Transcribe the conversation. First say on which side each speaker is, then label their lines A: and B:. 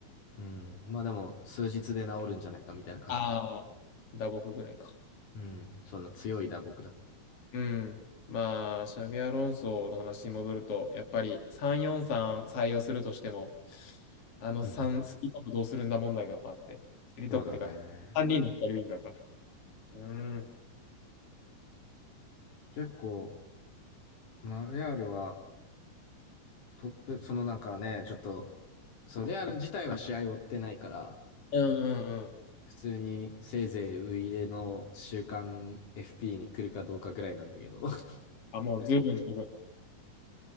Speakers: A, on the left; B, on the left.
A: うん。まあでも、数日で治るんじゃないかみたいな感じだけど。
B: ああ、打撲ぐらいか。
A: うん。そんな強い打撲だって。
B: うん。まあ、シャビアロンソの話に戻ると、やっぱり343採用するとしても、あの3、
A: うんうん。
B: スリートップどうするんだ問題がやっぱあって、スリートップというか、
A: そうだね。
B: 3人の左ウィンガーか。うん。うん
A: 結構、まあ、レアルはトップ、そのなんかね、ちょっと、そう、レアル自体は試合を追ってないから、
B: うんうん。
A: 普通にせいぜいウイイレの週刊 FP に来るかどうかぐらいなんだけど。<laughs>
B: あ、もう十分十分。